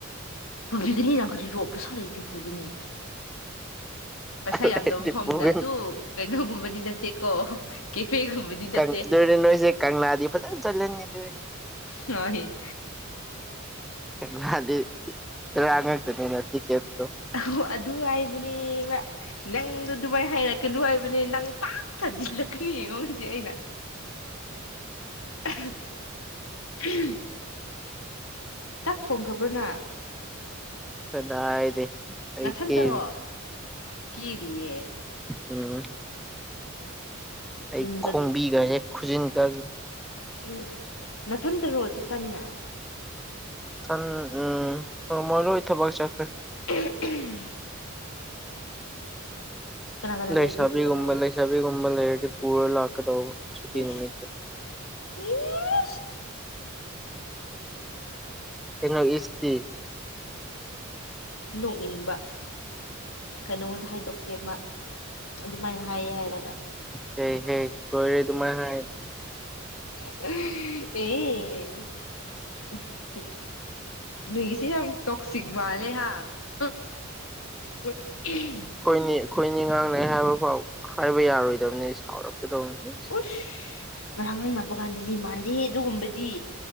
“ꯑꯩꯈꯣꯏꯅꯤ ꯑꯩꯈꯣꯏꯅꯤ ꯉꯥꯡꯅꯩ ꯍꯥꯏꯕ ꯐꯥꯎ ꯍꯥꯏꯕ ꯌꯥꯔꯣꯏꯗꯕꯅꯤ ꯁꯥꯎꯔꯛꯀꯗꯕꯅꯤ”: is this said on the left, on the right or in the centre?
Centre